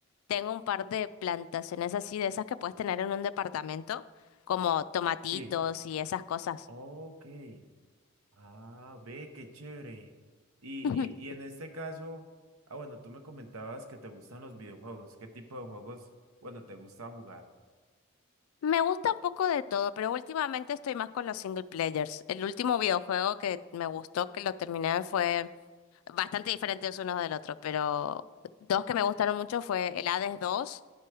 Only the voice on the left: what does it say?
Tengo un par de plantaciones así, de esas que puedes tener en un departamento, como tomatitos
y esas cosas.
<laughs>
Me gusta un poco de todo, pero últimamente estoy más con los single players. El último videojuego que me gustó, que lo terminé, fue bastante diferentes unos del otro, pero dos que me gustaron mucho fue el Hades 2